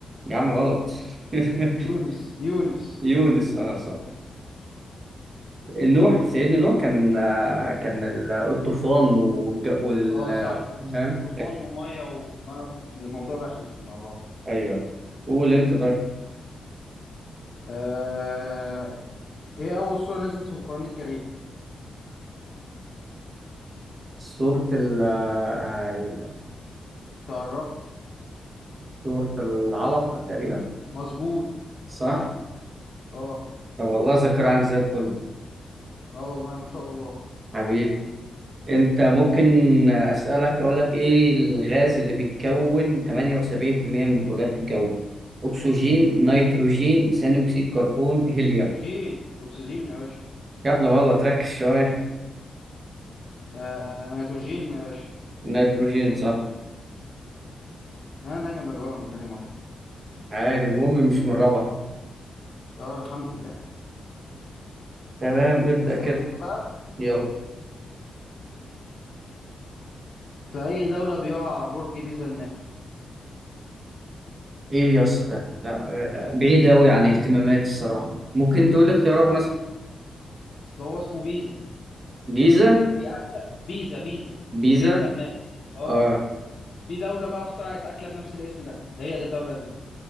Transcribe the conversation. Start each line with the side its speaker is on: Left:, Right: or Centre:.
Right: يا عم غلط <laughs>
Left: يونس يونس
Right: يونس اه صح نوح سيدنا نوح كان آه، كان ال- الطوفان والج- وال
Left: اه
Right: آه،
Left: صح
Right: فاهم
Left: طوفان ومية و... الموضوع دخل في- مع بعض
Right: ايوه قول انت طيب
Left: آه... ايه أول سورة نزلت في القرآن الكريم؟
Right: سورة ال آه،
Left: تقربت
Right: سورة العلق تقريبا
Left: مظبوط
Right: صح؟
Left: صح اه
Right: طب والله الذاكرة عندي زي الفل
Left: اه والله ما شاء الله
Right: حبيبي أنت ممكن أسألك أقول لك إيه الغاز اللي بيتكون 78% من الغلاف الجوي؟ أكسجين، نيتروجين، ثاني أكسيد كربون، هيليوم
Left: أكسجين أكسجين يا باشا
Right: يا ابني والله تركز شوية
Left: آه... نيتروجين يا باشا
Right: نيتروجين صح
Left: أنا دايما بجاوبها من تاني مرة
Right: عادي المهم مش من رابعة
Left: اه الحمد لله
Right: تمام ابدأ
Left: أسألك
Right: كده
Left: أنا بقى
Right: يلا
Left: في أي دولة بيقع برج بيزا المائل
Right: إيه يا اسطى ده؟ لا بعيد أوي عن اهتماماتي الصراحة ممكن تقول لي اختيارات
Left: بس أنا
Right: مثلا
Left: أصل هو اسمه بيزا
Right: جيزة
Left: ففي أكلة بيزا بيزا
Right: بيزا
Left: بيتزا الماء أه
Right: آه.
Left: في دولة بقى اخترعت أكلة بنفس الاسم ده هي دي الدولة دي